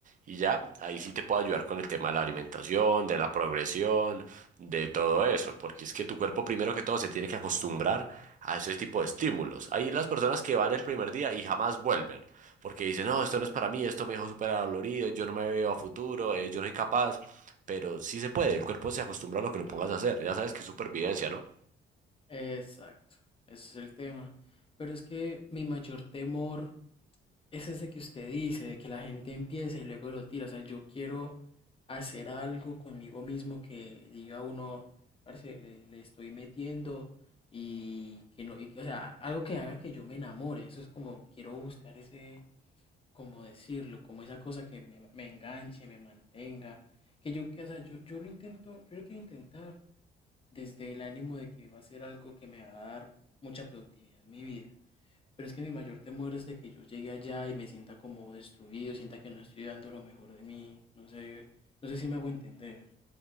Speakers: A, on the right; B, on the left.
A: Y ya, ahí sí te puedo ayudar con el tema de la alimentación, de la progresión, de todo eso, porque es que tu cuerpo primero que todo se tiene que acostumbrar a ese tipo de estímulos. Hay las personas que van el primer día y jamás vuelven, porque dicen, no, esto no es para mí, esto me dejó súper dolorido, yo no me veo a futuro, eh, yo no soy capaz, pero sí se puede, el cuerpo se acostumbra a lo que lo pongas a hacer, ya sabes que es supervivencia, ¿no?
B: Exacto, ese es el tema. Pero es que mi mayor temor Es ese que usted dice, de que la gente empieza y luego lo tira. O sea, yo quiero hacer algo conmigo mismo que diga uno, parce, le, le estoy metiendo y que no, y que- o sea, algo que haga que yo me enamore. Eso es como, quiero buscar ese, como decirlo, como esa cosa que me, me enganche, me mantenga. Que yo, que, o sea, yo, yo lo intento, yo lo quiero intentar desde el ánimo de que va a ser algo que me va a dar mucha productividad en mi vida. Pero es que mi mayor temor es de que yo llegue allá y me sienta como destruido, sienta que no estoy dando lo mejor de mí, no sé, no sé si me hago entender.